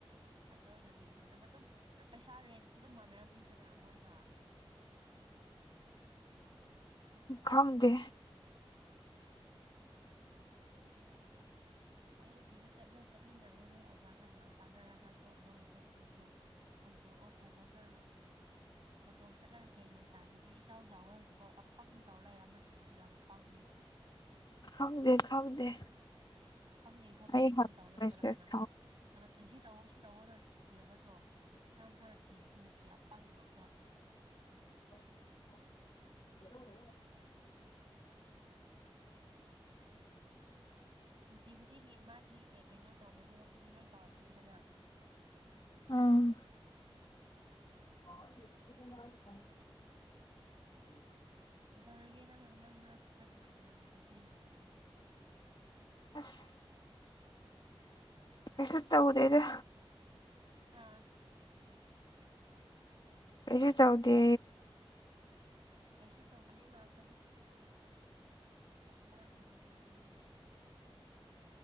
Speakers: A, on the right (about 60°); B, on the left (about 50°).
A: ꯑꯗꯨ ꯑꯣꯏꯅ ꯃꯤꯡꯆꯜꯂꯒꯥ ꯗꯨꯝ ꯄꯩꯁꯥ ꯔꯦꯟꯁꯁꯨ ꯑꯗꯨꯝ ꯃꯥꯟꯅꯔꯝꯅꯤꯗꯅ ꯃꯣꯏꯒ
B: ꯈꯪꯗꯦ
A: ꯎꯝ ꯍꯪꯀꯦ ꯑꯩ ꯑꯗꯨꯗ ꯆꯠꯂꯣ ꯆꯠꯃꯤꯟꯅꯔꯣ ꯅꯣꯏ ꯑꯣꯖꯥꯒ ꯑꯗꯨꯃꯥꯏꯅ ꯇꯥꯟꯅꯔꯒ ꯗ꯭ꯔꯣꯞ ꯂꯣ ꯈꯣꯠꯄꯗꯨꯁꯨ ꯍꯥꯡꯗꯣꯛꯑꯣ ꯐꯖꯟꯅ ꯃꯇꯣꯝ ꯆꯠꯂꯒ ꯀꯦ ꯃꯌꯥꯦꯟ ꯇꯥꯗꯕꯤ ꯏꯆꯥꯎ ꯆꯥꯎꯋꯦ ꯍꯧꯖꯤꯛ ꯑꯄꯪ ꯗꯥꯎꯂꯥꯏ ꯑꯃꯗꯨꯁꯨ ꯌꯥꯝ ꯄꯥꯡꯉꯦ
B: ꯈꯪꯗꯦ ꯈꯪꯗꯦ
A: ꯈꯪꯗꯦ ꯈꯪꯗꯦ
B: ꯑꯩ
A: ꯑꯗꯨꯝ
B: ꯍ
A: ꯇꯧꯔꯣꯏ
B: ꯃꯦꯁꯦꯖ
A: ꯀꯅꯥ--ꯅ
B: ꯊꯥꯎ
A: ꯀꯅꯥꯠꯇ ꯁꯤ ꯇꯧꯑꯣ ꯁꯤ ꯇꯧꯑꯣꯅ ꯕꯤꯔꯒꯗ꯭ꯔꯣ ꯃꯁꯥ ꯃꯁꯥꯅ ꯊꯤꯕꯁꯨ ꯍꯩꯇꯦ ꯑꯄꯪ ꯉꯥꯛꯇ
B: <inaudible>
A: <inaudible> ꯅꯨꯡꯇꯤ ꯈꯨꯗꯤꯡꯒꯤ ꯃꯥꯒꯤ ꯀꯩ ꯀꯩꯅꯣ ꯇꯧꯕ ꯊꯕꯛꯄꯨꯗꯤ ꯂꯣꯏ ꯇꯧꯔꯝꯅꯤꯗꯅ
B: ꯑ <inaudible>
A: ꯀꯩꯗꯧꯔꯒꯦ ꯅꯪꯅ ꯍꯟꯗꯛ ꯃꯔꯛ ꯊꯋꯥꯏ ꯅꯨꯡꯉꯥꯏꯇꯅ ꯂꯩꯕꯗꯤ
B: ꯑꯁ ꯀꯩꯁꯨ ꯇꯧꯗꯦꯗ
A: ꯍꯥꯥ
B: ꯀꯩꯁꯨ ꯆꯥꯎꯗꯦ
A: ꯀꯩꯁꯨ ꯇꯧꯗꯦ ꯉꯥꯛꯇ ꯍꯤꯞ ꯃꯔꯝꯖꯤꯡꯖꯦ ꯀꯩꯒꯤꯅꯣ